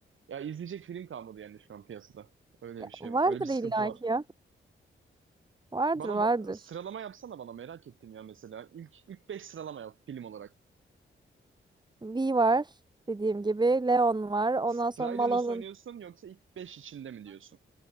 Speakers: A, on the right; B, on the right.
A: ya izleyecek film kalmadı yani şu an piyasada. Öyle
B: Ya,
A: bir şey
B: vardır
A: var. Öyle bir sıkıntı
B: illa
A: var.
B: ki ya. Vardır
A: Bana
B: vardır.
A: ba- sıralama yapsana bana merak ettim ya mesela. İlk ilk beş sıralama yap film olarak.
B: V var dediğim gibi. Leon var. Ondan
A: Sırayla
B: sonra Malal'ın
A: mı söylüyorsun yoksa ilk 5 içinde mi diyorsun?